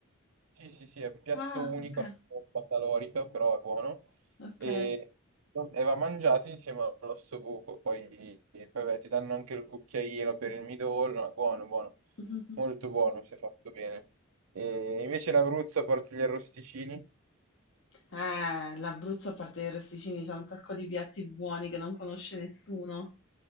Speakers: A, on the right; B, on the left.
A: Sì, sì, sì, è un piatto
B: Ah,
A: unico,
B: ok,
A: è un po' calorica, però è buono.
B: ok.
A: E, e va mangiato insieme all'osso buco. Poi, e poi, beh, ti danno anche il cucchiaino per il midollo. È buono, buono.
B: <laughs>
A: Molto buono, se fatto bene. E invece in Abruzzo porti gli arrosticini?
B: Eh, l'Abruzzo, a parte i rosticini, c'è un sacco di piatti buoni che non conosce nessuno,